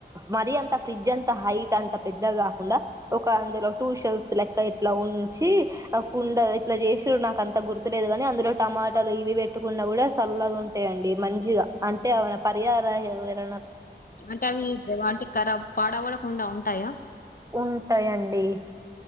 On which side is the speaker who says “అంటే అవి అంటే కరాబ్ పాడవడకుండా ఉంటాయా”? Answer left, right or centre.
Left